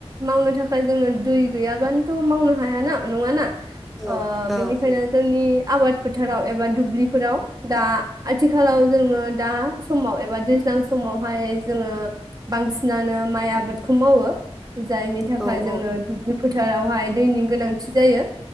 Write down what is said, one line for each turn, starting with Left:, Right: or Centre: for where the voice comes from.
Right: मावनो थाखाय जोंनो दै गैयाबानोथ' मावनो हायाना नङाना
Centre: औ
Right: ओ बेनिखायनो
Centre: औ
Right: जोंनि आबाद फोथाराव एबा दुब्लिफोराव दा आथिखाल आथिखालाव जोङो दा समाव एबा सिगां समावहाय जोङो बांसिनानो माइ आबादखौ मावो जायनि थाखाय
Centre: औ
Right: जोंनो
Centre: औ
Right: फोथारावहाय दैनि गोनांथि जायो